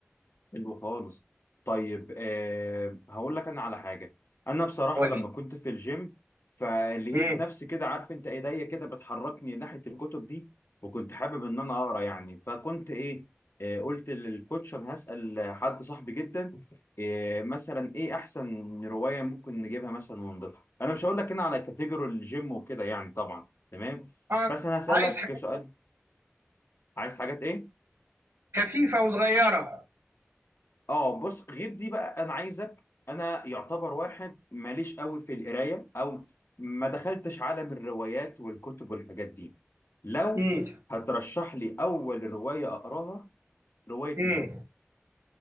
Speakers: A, on the left; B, on the right.
A: حلو خالص طيب آه هقول لك انا على حاجه انا بصراحه
B: قولي
A: لما كنت في الجيم فلقيت
B: مم.
A: نفسي كده عارف انت ايديا كده بتحركني ناحيه الكتب دي وكنت حابب ان انا اقرا يعني فكنت ايه آه قلت للكوتش انا هسال حد صاحبي جدا آه مثلا ايه احسن روايه ممكن نجيبها مثلا ونضيفها انا مش هقول لك هنا على كاتيجوري الجيم وكده يعني طبعا تمام
B: آه
A: بس انا هسالك
B: عايز حاجات
A: سؤال عايز حاجات ايه
B: خفيفة وصغيرة
A: اه بص غير دي بقى انا عايزك انا يعتبر واحد ماليش قوي في القرايه او ما دخلتش عالم الروايات والكتب والحاجات دي لو
B: مم.
A: هترشح لي اول روايه اقراها روايه
B: مم.
A: مين